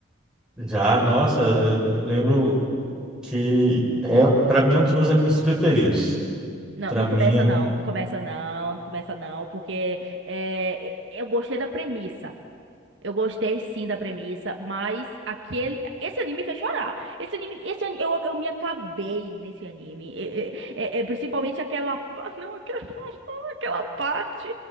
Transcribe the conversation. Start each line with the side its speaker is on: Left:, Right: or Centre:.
Centre: Já, nossa, eu lembro que é para mim é um dos meus animes preferidos.
Right: Não,
Centre: para
Right: não
Centre: mim,
Right: começa
Centre: eu-
Right: não, não começa não, não começa não, porque é, eu gostei da premissa. Eu gostei sim da premissa, mas aquele, esse anime me fez chorar. Esse anime, esse ani- eu, eu me acabei nesse anime. É, é, é, é, principalmente aquela, pa- não, aquela, <laughs> aquela parte